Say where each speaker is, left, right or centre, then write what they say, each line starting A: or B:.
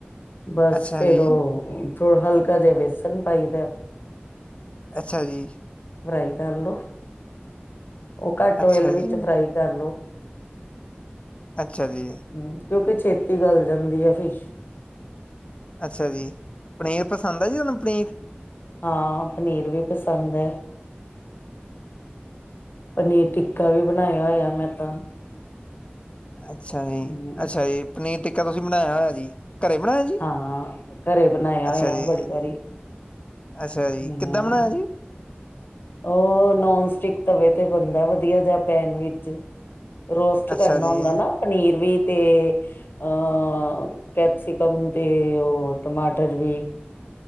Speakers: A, on the left; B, on the left.
A: ਬਸ
B: ਅੱਛਾ
A: ਫੇਰ
B: ਜੀ,
A: ਉਹ ਹਲਕਾ ਜਿਹਾ ਵੇਸ ਨ ਪਈਦਾ,
B: ਅੱਛਾ ਜੀ,
A: ਬ੍ਰਈਟ <inaudible> ਉਹ ਘੱਟ
B: ਅੱਛਾ
A: ਓਇਲ ਵਿੱਚ
B: ਜੀ,
A: ਫਰਾਈ ਕਰ ਲਉ
B: ਅੱਛਾ ਜੀ
A: ਹਮ ਕਿਉਂਕਿ ਛੇਤੀ ਗੱਲ ਜਾਂਦੀ ਆ ਫਿਸ਼
B: ਅੱਛਾ ਜੀ ਪਨੀਰ ਪਸੰਦ ਆ ਜੀ ਉਹਨੂੰ ਪਨੀਰ
A: ਹਾਂ ਪਨੀਰ ਵੀ ਪਸੰਦ ਹੈ ਪਨੀਰ ਟਿੱਕਾ ਵੀ ਬਣਾਇਆ ਹੋਇਆ ਮੈਂ ਤਾਂ
B: ਅੱਛਾ ਜੀ
A: ਹਮ,
B: ਅੱਛਾ ਜੀ ਪਨੀਰ ਤੀ ਤੁਸੀਂ ਬਣਾਇਆ ਹੋਇਆ ਜੀ ਘਰੇ ਬਣਾਇਆ ਜੀ?
A: ਹਾਂ ਘਰੇ ਬਣਾਇਆ
B: ਅੱਛਾ
A: ਹੋਇਆ
B: ਜੀ,
A: ਬੜੀ ਵਾਰੀ
B: ਅੱਛਾ ਜੀ
A: ਹਮ
B: ਕਿੱਦਾਂ ਬਣਾਇਆ ਜੀ
A: ਉਹ ਨੋਨ ਸਟਿਕ ਤਵੇ ਤੇ ਬਣਦਾ ਵਧੀਆ ਜਾ ਪੈਨ ਵਿਚ ਰੋਸਟ
B: ਅੱਛਾ
A: ਕਰਨਾ
B: ਜੀ,
A: ਹੁੰਦਾ ਨਾ ਪਨੀਰ ਵੀ ਤੇ ਅਹ ਕੈਪਸਿਕਮ ਤੇ ਉਹ ਟਮਾਟਰ ਵੀ